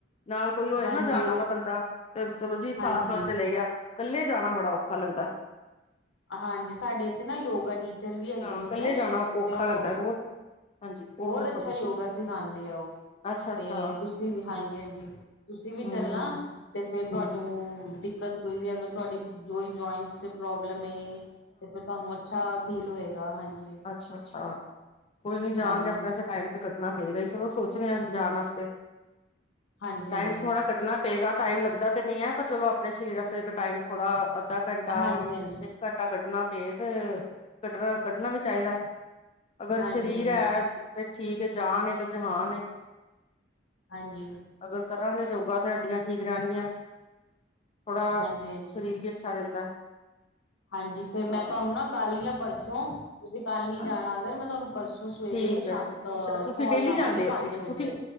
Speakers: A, on the left; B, on the left.
A: ਨਾਲ ਕੋਈ ਹੋਏ
B: ਹਾਂਜੀ,
A: ਨਾ ਜਾਣ
B: ਉਹ-
A: ਵਾਲਾ ਬੰਦਾ ਤੇ ਚਲੋ ਜੀ ਸਾਥ
B: ਹਾਂਜੀ,
A: ਨਾਲ ਚਲੇ ਗਿਆ। ਕੱਲੇ ਜਾਣਾ ਬੜਾ ਔਖਾ ਲੱਗਦਾ।
B: ਹਾਂਜੀ ਸਾਡੇ ਇੱਥੇ ਨਾ ਯੋਗਾ ਟੀਚਰ ਵੀ ਹੈਗੇ
A: ਹਾਂ
B: ਨੇ ਉੱਧਰ
A: ਕੱਲੇ ਜਾਣਾ ਔਖਾ
B: ਤੇ ਉਹ
A: ਲੱਗਦਾ ਬਹੁਤ ਹਾਂਜੀ ਹੋਰ
B: ਬਹੁਤ
A: ਦੱਸੋ
B: ਅੱਛਾ
A: ਤੁਸੀਂ
B: ਯੋਗਾ ਸਿਖਾਉਂਦੇ ਆ ਉਹ
A: ਅੱਛਾ ਅੱਛਾ
B: ਤੇ ਤੁਸੀਂ ਵੀ ਹਾਂਜੀ ਹਾਂਜੀ, ਤੁਸੀਂ ਵੀ ਚੱਲਣਾ
A: ਹਮ
B: ਤੇ ਫੇਰ ਤੁਹਾਨੂੰ,
A: ਹਮ
B: ਦਿੱਕਤ ਕੋਈ ਵੀ ਅਗਰ ਤੁਹਾਡੀ ਜੋ ਹੀ ਜੁਆਇੰਟਸ 'ਚ ਪ੍ਰੋਬਲਮ ਹੈ। ਤੇ ਫੇਰ ਤੁਹਾਨੂੰ ਅੱਛਾ ਫੀਲ ਹੋਏਗਾ। ਹਾਂਜੀ
A: ਅੱਛਾ-ਅੱਛਾ ਕੋਈ ਨੀ ਜਾਗੇ
B: ਹਾਂਜੀ
A: ਆਪਣੇ ਟਾਈਮ ਤੇ ਕੱਡ ਕੱਣਾ ਪਏਗਾ ਹੀ ਚਲੋ ਸੋਚ ਰ ਹਾਂ ਜਾਣ ਵਾਸਤੇ
B: ਹਾਂਜੀ
A: ਟਾਈਮ
B: ਹਾਂਜੀ
A: ਥੋੜਾ ਕੱਢਣਾ ਪਏਗਾ। ਟਾਈਮ ਲੱਗਦਾ ਤੇ ਨਹੀਂ ਹੈ ਪਰ ਚਲੋ ਆਪਣੇ ਸ਼ਰੀਰ ਵਾਸਤੇ ਟਾਈਮ ਥੋੜ੍ਹਾ, ਅੱਧਾ ਘੰਟਾ
B: ਹਾਂਜੀ ਹਾਂਜੀ
A: ਇੱਕ ਘੰਟਾ ਕੱਢਣਾ ਪਏ ਤੇ ਕੱਢਣਾ ਕ ਣਾ ਵੀ ਚਾਹੀਦਾ ਅਗਰ
B: ਹਾਂਜੀ
A: ਸਰੀਰ ਹੈ
B: ਹਾਂਜੀ ਹਾਂਜੀ
A: ਵੀ ਠੀਕ। ਜਾਨ ਏ ਤੇ ਜਹਾਨ ਏ।
B: ਹਾਂਜੀ,
A: ਅਗਰ ਕਰਾਂਗੇ ਯੋਗਾ ਤੇ ਹੱਡੀਆਂ ਠੀਕ ਰਹਿਣਗੀਆਂ ਥੋੜਾ
B: ਹਾਂਜੀ
A: ਸਰੀਰ ਵੀ ਅੱਛਾ ਰਹਿੰਦਾ।
B: ਹਾਂਜੀ ਫੇਰ
A: ਹਾਂ
B: ਮੈਂ ਤੁਹਾਨੂੰ ਨਾ ਕੱਲ ਹੀ ਹਾਂ ਪਰਸੋਂ ਤੁਸੀਂ ਕੱਲ ਨੀ ਜਾਣਾ
A: ਹਾਂਜੀ
B: ਅਗਰ ਮੈਂ ਤੁਹਾਨੂੰ ਪਰਸੋਂ ਸਵੇਰੇ
A: ਠੀਕ
B: ਸ਼ਾਮ
A: ਹੈ
B: ਅ
A: ਤੁਸੀਂ
B: ਕੋਾਲ
A: ਡੇਲੀ
B: ਲਾਵਾਂਗੀ
A: ਜਾਂਦੇ
B: ਪੰਜ
A: ਹੋ
B: ਵਜੇ,
A: ਤੁਸੀਂ